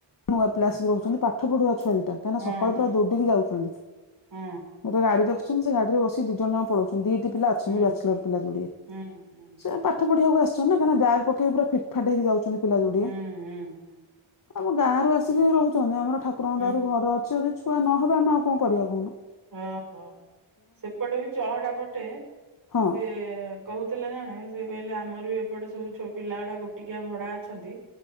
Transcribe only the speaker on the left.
ନୂଆ ପିଲା ଆସି ରହୁଚନ୍ତି ପାଠ ପଢୁଆ ଛୁଆ ଦିଟା କାଇଁନା
ସକାଳୁ ପୁରା ଦୌଡ଼ିକି ଯାଉଚନ୍ତି
ଗୋଟେ ଗାଡି ରଖିଚନ୍ତି ସେ ଗାଡିରେ ବସି ଦି ଜଣ ଯାକ ପଳଉଚନ୍ତି ଦିଟି ପିଲା ଅଛନ୍ତି
ବ୍ୟାଚେଲର୍ ପିଲା ଯୋଡିଏ
ସେ ପାଠ ପଢିବାକୁ ଆସିଚନ୍ତି ନା କାଁଇନା ବ୍ୟାଗ୍ ପକେଇ ପୁରା ଫିଟ୍ ଫାଟ୍ ହେଇକି ଯାଉଚନ୍ତି ପିଲା ଯୋଡିଏ
ଆମ ଗାଁରୁ ଆସିକି ରହୁଚନ୍ତି ଆମର ଠାକୁରଙ୍କ
ଦୟାରୁ ଘର ଅଛି ଯଦି ଛୁଆ ନହେବେ ଆମେ ଆଉ କଁ କରିଆ କହୁନୁ
ହଁ